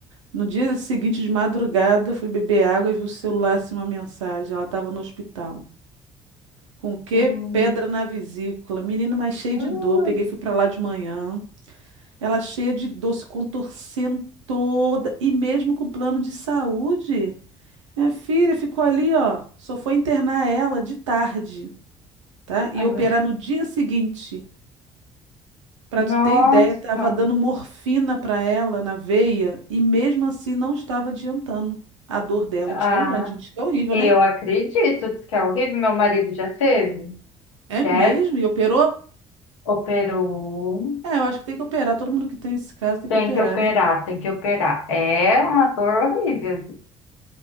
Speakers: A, on the right (about 80°); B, on the left (about 75°).
A: No dia seguinte, de madrugada, fui beber água e vi o celular, assim, uma mensagem. Ela estava no hospital. Com o quê?
B: Hum.
A: Pedra na vesícula. Menina, mas cheia de
B: Ui,
A: dor. Peguei, fui para lá de manhã. Ela cheia de dor, se contorcendo toda. E mesmo com plano de saúde. Minha filha ficou ali, ó. Só foi internar ela de tarde, tá? E
B: Agora.
A: operar no dia seguinte. Pra tu
B: Nossa.
A: ter ideia, tava dando morfina pra ela na veia e mesmo assim não estava adiantando a dor dela
B: Ah,
A: de tão grande. Diz que é horrível,
B: eu
A: né?
B: acredito que é horrível. Meu marido já teve.
A: É
B: Deve,
A: mesmo? E operou?
B: operou.
A: É, eu acho que tem que operar. Todo mundo que tem esse caso tem
B: Tem
A: que operar,
B: que operar,
A: né?
B: tem que operar. É uma dor horrível.